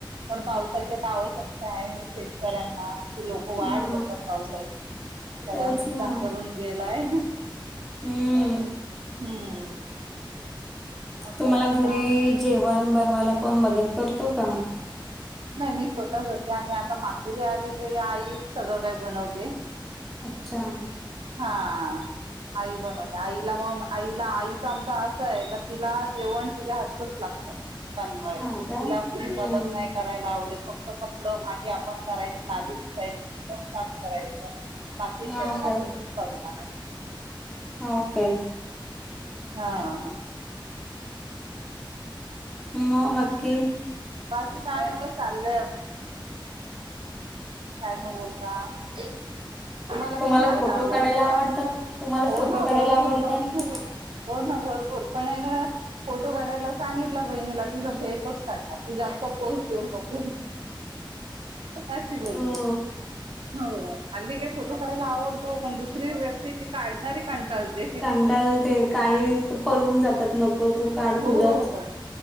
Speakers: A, on the right; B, in the centre.
A: पण पावसाची का आवश्यकता आहे शेतकऱ्यांना कि लोक वाढ
B: हा
A: बघत पावसा सगळा
B: तेच
A: नुकसान
B: ना
A: करून गेलाय
B: हम्म
A: हम्म मग
B: तुम्हाला
A: काय बघा
B: घरी जेवण बनवायला कोण मदत करतो का
A: नाही मी स्वतः होतेे आणि आता माातीरी आली वगैरे आई सगळं का बनवते
B: अच्छा
A: हा आई बनवते आईला मग आईला आईच आमच असं आहे का तिला जेवण तिच्या हातच लागतं बनवायला
B: हा
A: तिला
B: काय
A: कोणी
B: हम्म
A: मदत नाही करायला आवडेल फक्त कपड भांडी आपण करायची लादीी उचायची काम करायचं पाकीचेना
B: हा काय
A: त खठीप भ लाे
B: ओके
A: हा
B: ह बाकी
A: बाकी काय नाही चाललंय कायम होता तुम्हाला काय
B: तुम्हाला
A: खायला
B: फोटो
A: आवडत
B: <inaudible>
A: हो ना भरपूर
B: काढायला आवडतात
A: भरपूर हो ना भरपूर पण आहे ना फोटो काढायला सांगितला बहिणीला ती समज एकच काढला तू जास्त पोस् देऊ नको अशी बोलते
B: हो
A: हो अली काे फोटो काढायला आवडतो पण दुसरी व्यक्तीची काढणारी कंटाळते
B: कंडाल ते काही पलून जातात नको तू काढ तुझंच
A: हो हो हो